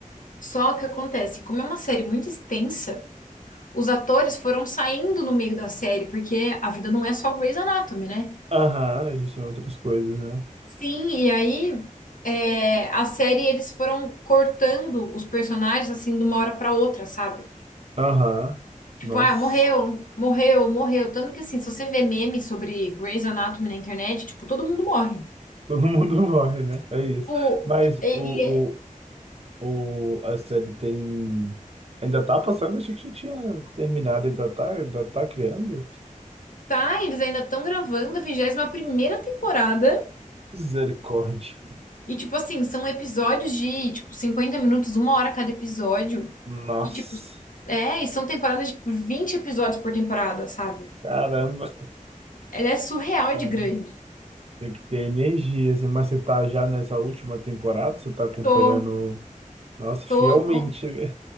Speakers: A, on the left; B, on the right.
A: Só que acontece, como é uma série muito extensa, os atores foram saindo no meio da série, porque a vida não é só Grey's Anatomy, né?
B: Aham, existem outras coisas, né?
A: Sim, e aí é, a série eles foram cortando os personagens assim de uma hora pra outra, sabe?
B: Aham.
A: Tipo,
B: Nossa.
A: ah, morreu, morreu, morreu. Tanto que assim, se você vê memes sobre Grey's Anatomy na internet, tipo, todo mundo morre.
B: Todo mundo <laughs> morre, né? É isso.
A: Tipo,
B: Mas
A: e,
B: o,
A: e é-
B: o, o, a série tem. Ainda tá passando? Achei que já tinha terminado. Ainda tá, ainda tá criando?
A: tá, eles ainda estão gravando a vigésima primeira temporada.
B: Misericórdia.
A: E, tipo assim, são episódios de, tipo, 50 minutos, uma hora cada episódio.
B: Nossa.
A: E, tipo, é, e são temporadas de tipo, 20 episódios por temporada, sabe?
B: Caramba.
A: Ela é surreal
B: É,
A: de grande.
B: Tem que ter energia, assim. Mas você tá já nessa última temporada? Você tá acompanhando.
A: Tô,
B: Nossa, fielmente,
A: tô, com-
B: né?